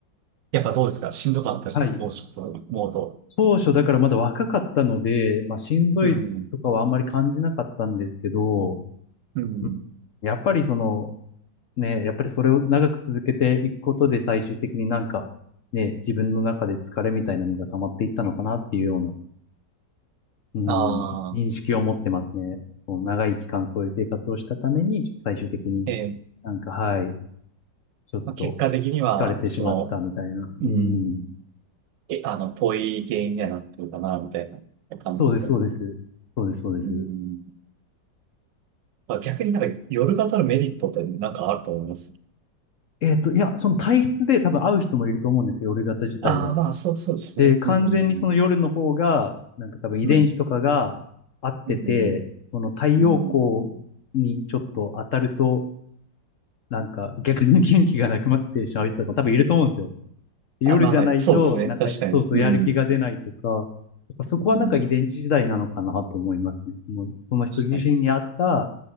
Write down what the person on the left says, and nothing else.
はい。当初だからまだ若かったので、まあしんどいとかはあんまり感じなかったんですけど、
うんやっぱりその、ね、やっぱりそれを長く続けていくことで最終的になんか、ね、自分の中で疲れみたいなのが溜まっていったのかなっていうような、うん、
認識を持ってますね。
その長い期間そういう生活をしたために、ちょっと最終的に
なんか、はい、ちょっと
疲れてしまったみたいな。
うん。
そうです、そうです。そうです、そうです。
えっと、いや、その体質で多分合う人もいると思うんですよ、夜型自体が。
で、完全にその夜の方が、
なんか多分遺伝子とかが合ってて、
その太陽光にちょっと当たると、
なんか逆に元気がなくなってしまう人とかも多分いると思うんですよ。夜じゃないと、
なんか、
そうそう、
やる気が出ないとか、やっぱそこはなんか遺伝子次第なのかなと思いますね。
もう、その人自身に合った、